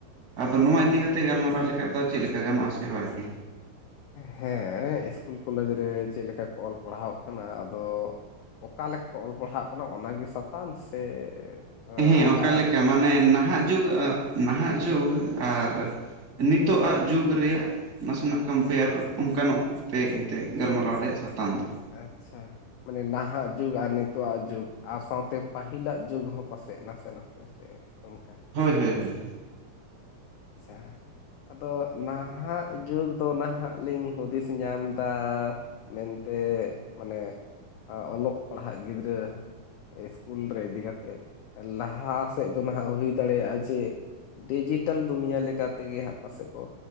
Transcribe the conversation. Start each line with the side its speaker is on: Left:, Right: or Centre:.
Right: ᱟᱫᱚ ᱱᱚᱣᱟ ᱤᱫᱤ ᱠᱟᱛᱮ ᱜᱟᱞᱢᱟᱨᱟᱣ ᱞᱮᱠᱷᱟᱡ ᱫᱚ ᱪᱮᱫ ᱞᱮᱠᱟ ᱜᱟᱱᱚᱜ-ᱟ ᱥᱮ ᱵᱟᱝᱜᱮ?
Left: ᱦᱮᱸ ᱤᱥᱠᱩᱞ ᱠᱚᱞᱮᱡᱽ ᱨᱮ ᱪᱮᱫ ᱞᱮᱠᱟ ᱠᱚ ᱚᱞ ᱯᱟᱲᱦᱟᱣᱚᱜ ᱠᱟᱱᱟ ᱟᱫᱚ᱾ ᱚᱠᱟ ᱞᱮᱠᱟ ᱠᱚ ᱚᱞ ᱯᱟᱲᱦᱟᱜ ᱠᱟᱱᱟ ᱚᱱᱟᱜᱮ ᱥᱟᱛᱟᱢ? ᱥᱮ ᱚ,
Right: ᱦᱮᱸ
Left: ᱚᱠᱟ
Right: ᱚᱠᱟᱞᱮᱠᱟ ᱢᱟᱱᱮ ᱱᱟᱦᱟᱜ ᱡᱩᱜᱽ, ᱱᱟᱦᱟᱜ ᱡᱩᱜᱽ ᱟᱨ ᱱᱤᱛᱚᱜ ᱟᱜ ᱡᱩᱜᱽ ᱨᱮᱭᱟᱜ ᱱᱟᱥᱮᱱᱟᱜ ᱠᱚᱢᱯᱮᱭᱟᱨ ᱚᱱᱠᱟᱟᱱᱚᱜ ᱠᱟᱛᱮᱫ ᱮᱱᱛᱮᱮᱫ ᱜᱟᱞᱢᱟᱨᱟᱣ ᱨᱮᱭᱟᱜ ᱥᱟᱛᱟᱢ ᱫᱚ᱾
Left: ᱟᱪᱪᱷᱟ᱾ ᱢᱟᱱᱮ ᱱᱟᱦᱟᱜ ᱡᱩᱜᱽ ᱟᱨ ᱱᱤᱛᱳᱜ ᱟᱜ ᱡᱩᱜᱽ ᱟᱨ ᱥᱟᱶᱛᱮ ᱯᱟᱹᱦᱤᱞᱟᱜ ᱡᱩᱜᱽ ᱦᱚᱸ ᱯᱟᱥᱮᱡ ᱱᱟᱥᱮ ᱱᱟᱥᱮ᱾ ᱥᱮ ᱚᱱᱠᱟ?
Right: ᱦᱳᱭ ᱦᱳᱭ ᱦᱳᱭ᱾
Left: ᱟᱪᱪᱷᱟ᱾ ᱟᱫᱚ ᱱᱟᱦᱟᱜ ᱡᱩᱜᱽ ᱫᱚ ᱱᱟᱦᱟᱜ ᱞᱤᱧ ᱦᱩᱫᱤᱥ ᱧᱟᱢᱫᱟ ᱢᱮᱱ ᱛᱮ ᱢᱟᱱᱮ ᱚᱞᱚᱜ ᱯᱟᱲᱦᱟᱜ ᱜᱤᱫᱽᱨᱟᱹ᱾ ᱤᱥᱠᱩᱞ ᱨᱮ ᱤᱫᱤ ᱠᱟᱛᱮᱫ ᱞᱟᱦᱟ ᱥᱮᱫ ᱫᱚ ᱱᱟᱦᱟᱜ ᱦᱩᱭ ᱫᱟᱲᱮᱭᱟᱜ-ᱟ ᱡᱮ, ᱰᱤᱡᱤᱴᱮᱹᱞ ᱫᱩᱱᱭᱟᱹ ᱞᱮᱠᱟ ᱛᱮᱜᱮ ᱦᱟᱸᱜ ᱯᱟᱥᱮᱡ ᱠᱚ